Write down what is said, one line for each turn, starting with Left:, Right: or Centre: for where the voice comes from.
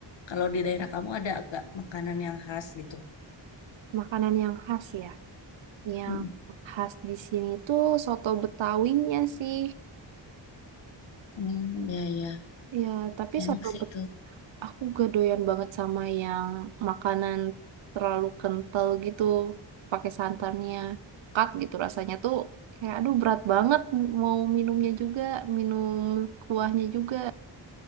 Left: kalau di daerah kamu ada agak makanan yang khas gitu.
Right: makanan yang khas ya. Yang
Left: Hmm,
Right: khas di sini tuh soto betawinya sih.
Left: Hmm, ya ya,
Right: Ya, tapi
Left: enak
Right: soto
Left: sih itu.
Right: aku gak doyan banget sama yang makanan terlalu kental gitu pakai santannya kat gitu rasanya tuh kayak aduh berat banget mau minumnya juga minum kuahnya juga